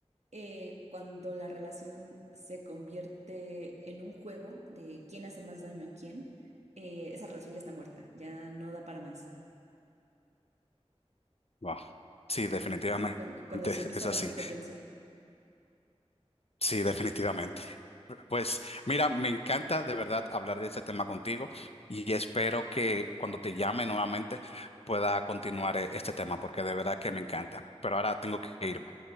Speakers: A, on the right (about 85°); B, on the left (about 65°).
A: eh, cuando la relación se convierte en un juego de quién hace más daño a quién, eh, esa relación ya está muerta, ya no da para más.
B: Wow. Sí, definitivamente
A: Cuan- cuan- cuando eso empieza
B: es
A: la
B: así.
A: competencia.
B: Sí, definitivamente. Pues mira, me encanta de verdad hablar de este tema contigo y espero que cuando te llame nuevamente pueda continuar eh, este tema porque de verdad que me encanta. Pero ahora tengo que irme.